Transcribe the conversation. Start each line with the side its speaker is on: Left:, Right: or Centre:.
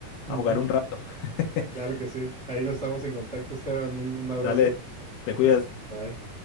Right: Ujú.
Left: a jugar un rato. <laughs>
Right: Claro que sí. Ahí nos estamos en contacto, Esteban. Un, un abrazo.
Left: Dale, te cuidas.
Right: Bye.